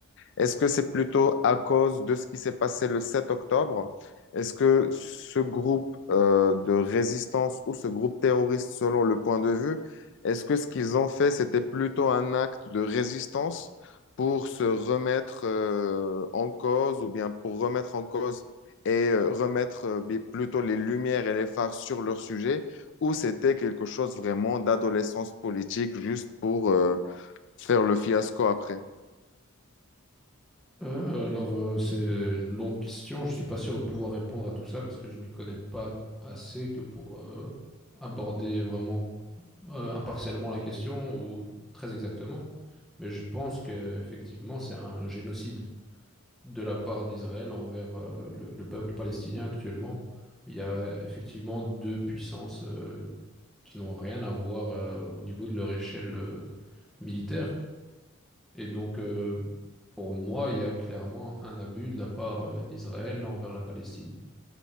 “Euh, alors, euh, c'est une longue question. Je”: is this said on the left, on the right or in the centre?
Centre